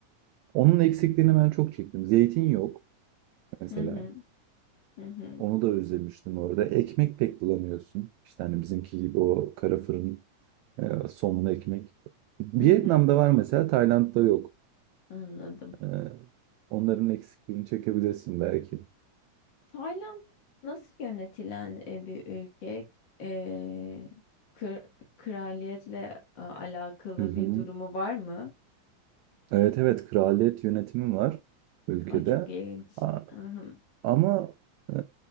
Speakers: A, on the right; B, on the left.
A: Onun eksikliğini ben çok çektim. Zeytin yok mesela.
B: Hı Hı hı. Hı hı.
A: Onu da özlemiştim orada. Ekmek pek bulamıyorsun. İşte hani bizimki gibi o kara fırın Ee, somon ekmek. Vietnam'da
B: Hı hı.
A: var mesela, Tayland'da yok.
B: Anladım.
A: Ee, onların eksikliğini çekebilirsin belki.
B: Tayland nasıl yönetilen e, bir ülke? E, kır- kraliyetle e, alakalı
A: Hı hı.
B: bir durumu var mı?
A: Evet evet kraliyet yönetimi var ülkede.
B: Ay çok ilginç.
A: A-
B: Hı hı
A: Ama e,